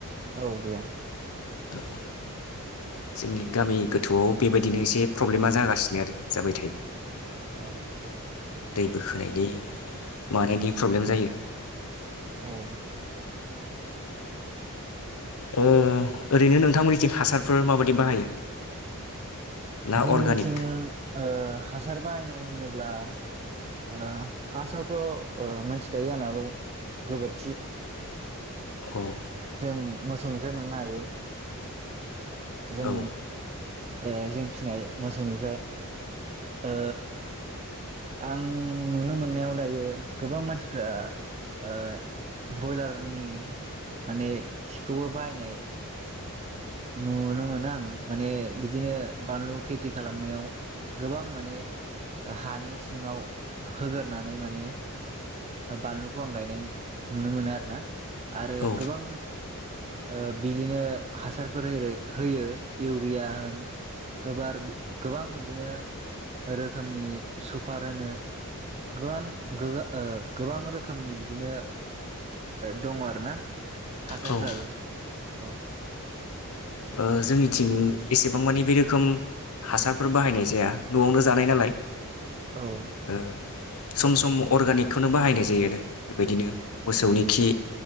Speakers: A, on the right (about 30°); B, on the left (about 75°).
A: औ गैया।
B: औ जोंनि गामि गोथौआव बेबायदिनो एसे प्रब्लेमा जागासिनो आरो जाबाय थायो।
A: औ
B: दै बोखोनायनि मानायनि प्रब्लेम जायो।
A: औ
B: ओ ओरैनो नोंथांमोननिथिं हासारफोर माबायदि बाहायो? ना
A: जोंथिं
B: अर्गानिक
A: ओ हासार बाहायनाय होनोब्ला ओ फार्स्टआवथ' ओ मिथिखायो जानोागौ गोबोरखि
B: औ
A: जों मोसौनि फ्राय मोननो हायो। जों
B: औ
A: ओ जों फिनाय मोसौनिफ्राय ओ आं नुनो मोननायाव दायो गोबां मानसिफ्रा ओ बयलारनि माने खिखौबो बाहायनाय नुनो मोनो आं माने बिदिनो बानलु खेथि खालामनायाव गोबां माने हानि सिङाव होगोरनानै माने बानलुखौ आं गायनाय नुनो मोनो आरो ना। आरो
B: औ
A: गोबां ओ बिदिनो हासार फोर‌ ओरो-होयो इउरिया होन गोबार-गोबां बिदिनो रोखोमनि सुपार होनो गोबां ओ गोबां रोखोमनि बिदिनो दङ आर ना। हासारफ्राबो
B: औ
A: औ
B: ओ जोंनिथिं एसेबां मानि बे रोखोम हासारफोर बाहायनाय जाया न'आवनो जानाय नालाय।
A: औ
B: ओ सम सम अर्गानिकखौनो बाहायनाय जायो बेबायदिनो मोसौनि खि